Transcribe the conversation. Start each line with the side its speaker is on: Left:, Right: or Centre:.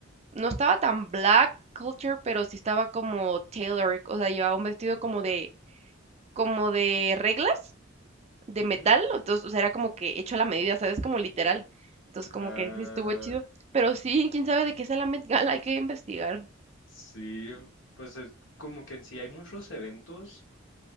Right: no estaba tan black culture, pero sí estaba como Taylor, o sea, llevaba un vestido como de, como de reglas, de
Left: Ujú.
Right: metal, entonces, o sea, era como que hecho a la medida, ¿sabes? Como literal. Entonces, como
Left: Ah,
Right: que sí estuvo chido. Pero sí, quién sabe de qué es la Met Gala, hay que investigar.
Left: sí, pues es como que en sí hay muchos eventos